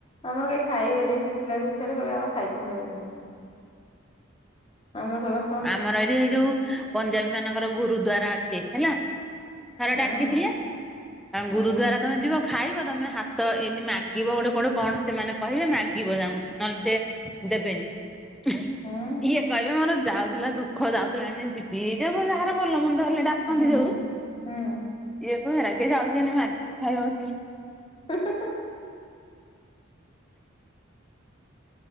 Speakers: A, on the left; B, in the centre.
A: ଆମର କେହି ଖାଇବେନି ଶୁଖିଲା ଜିନିଷରେ କହିବେ ଆମେ ଖାଇବୁ ପାରିବୁନି। ଆମର କହିବେ।
B: ଆମର ଏଠି ଏଇ ଯୋଉ ପଞ୍ଜାବୀ ମାନଙ୍କର ଗୁରୁଦ୍ଵାରା ଅଛି ହେଲା। ଥରେ
A: ହଁ
B: ଡାକିଥିଲେ। ଅଁ
A: ହଁ
B: ଗୁରୁଦ୍ଵାରା ତମେ ଯିବ ଖାଇବ ତମେ ହାତ ଏନ୍ତି ମାଗିବ ଗୋଟେ ଗୋଟେ କଣ। ସେମାନେ କହିବେ ମାଗିବ ଯାଉଁ ନହେଲେ ସେ ଦେବେନି।
A: ହଁ
B: ଇଏ କହିବେ ମୋର ଯାଉ ଥିଲା ଦୁଃଖ ଯାଉଥିଲା ଏଇନେ ଯିବି <unintelligible> ଯାହାର ଭଲ ମନ୍ଦ ହେଲେ ଡାକନ୍ତି
A: ହୁଁ
B: ଯୋଉ।
A: ହୁଁ
B: ଇଏ କହେ ହେରା କିଏ ଯାଉଛି ଏଇନେ ମାଗିକି ଖାଇବ ବସିକି।
A: ହେଁ ହେଁ ହେଁ।